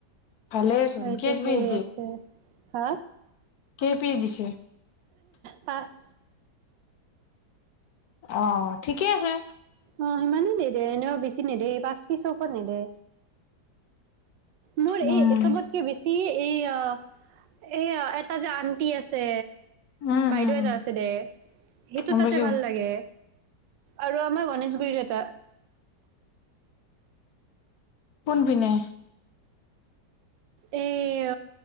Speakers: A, on the left; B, on the right.
A: ভালেইচোন
B: এইটো
A: কেই
B: ঠিক
A: পিচ
B: আছে। হা!
A: কে পিচ দিছে?
B: পাঁচ।
A: অ ঠিকেই আছে।
B: অ সিমানেই দেই দে এনেও বেছি নিদে পাঁচ পিচৰ ওপৰত নিদে। মোৰ এই
A: উম,
B: চবতকে বেছি এই আহ এয়া এটা যে আন্টি আছে
A: উম, হম,
B: বাইদেউ
A: হম,
B: এটা আছে দে, সেইটো
A: গম
B: তাতে
A: পাইছো।
B: ভাল লাগে। আৰু আমাৰ গণেশগুৰিত এটা
A: কোনপিনে
B: এই